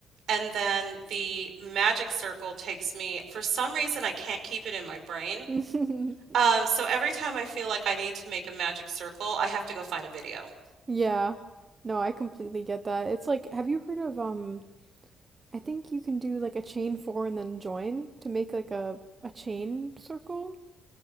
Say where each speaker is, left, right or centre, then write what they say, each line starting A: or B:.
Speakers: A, on the right; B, on the right.
A: And then the magic circle takes me, for some reason, I can't keep it in my brain.
B: <laughs>
A: Um, so every time I feel like I need to make a magic circle, I have to go find a video.
B: Yeah. No, I completely get that. It's like, have you heard of um I think you can do like a chain four and then join to make like a a chain circle?